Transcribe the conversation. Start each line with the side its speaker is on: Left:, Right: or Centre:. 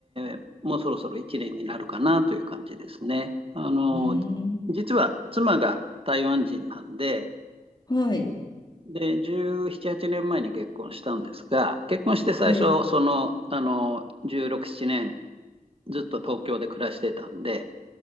Right: ーもうそろそろ1年になるかなという感じですね。あの、
Left: うーん。
Right: 実は妻が台湾人なんで、
Left: はい。
Right: で、17、8年前に結婚したんですが、結婚して最初、
Left: え、
Right: その、あの、16、7年ずっと東京で暮らしてたんで、